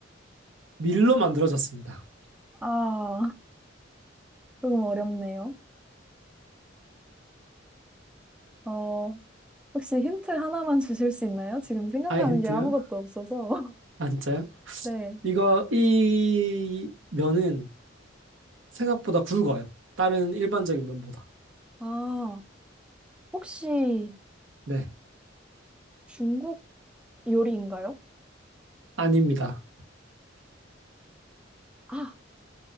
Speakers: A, on the right; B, in the centre.
A: 밀로 만들어졌습니다.
B: 아, 조금 어렵네요. 어, 혹시 힌트 하나만 <laughs> 주실 수 있나요? 지금 생각나는
A: 아, 힌트요?
B: 게 아무것도 없어서. <laughs>
A: 아, 진짜요?
B: 네.
A: 이거, 이 면은 생각보다 굵어요. 다른 일반적인 면보다.
B: 아, 혹시
A: 네.
B: 중국 요리인가요?
A: 아닙니다.
B: 아,